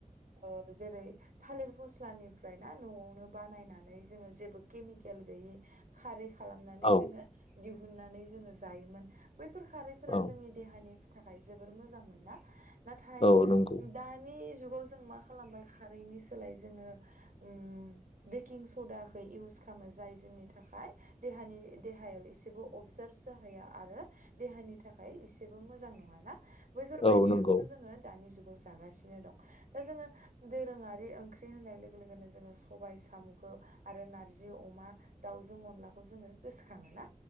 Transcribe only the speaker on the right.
ओ जेरै थालिर फस्लानिफ्राय ना न'आवनो बानायनानै नै जोङो जेबो केमिकेल गैयि खारै खालामनानै
जोङो दिउ उननानै जोङो जायोमोन। बैफोर खारैफोरा
जोंनि देहानि थाखाय जोबोर मोजां मोनना। नाथाय
उ दानि जुगाव जों खालामबाय खारैनि सोलाय जोङो उम बिकिं स सडाखौै इउस खामो जाय जोंनि थाखाय देहानि देहायाव एसेबो अबजार्भ जाहैया आरो देहानि थाखाय एसे सेबो जेबो मोजां नङा ना बैफोर
बायदिखौसो
जोङो दानि जुग जुगाव जागासिनो दं दा जोङो दोरोङारि ओंख्रि होननाय लोगो लोगोनो जोङो सबाय सामु'खौ आरो नारजि अमा दाउजों अनलाखौ जोङो गोसोखाङो ना?